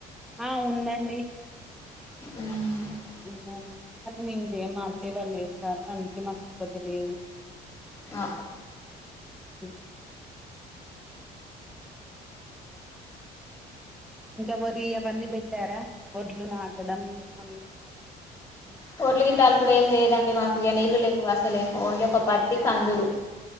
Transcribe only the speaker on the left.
అవు
ఆ
పర్లి గట్లు కూడా ఏం లేదండి మాకు ఇక నీళ్ళు లేవు అసలే ఓన్లీ ఒక పత్తి కందులు